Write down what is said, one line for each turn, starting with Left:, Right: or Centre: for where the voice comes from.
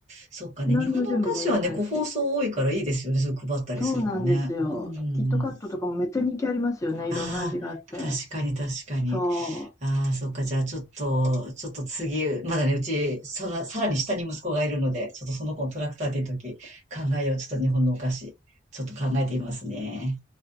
Right: そっかね。
Left: 何の準備もいらないし。
Right: 日本のお菓子はね、個包装多いからいいですよね。それ配ったりするのね。
Left: そうなんですよ。
Right: うんうんうん。
Left: キットカットとかもめっちゃ人気ありますよね。
Right: ああ、
Left: いろんな味があって。
Right: 確かに確かに。
Left: そう。
Right: ああ、そっか。じゃあちょっと、ちょっと次、まだね、うち、さら、さらに下に息子がいるので、ちょっとその子のトラクターっていう時、考えよう。ちょっと日本のお菓子、ちょっと考えてみますね。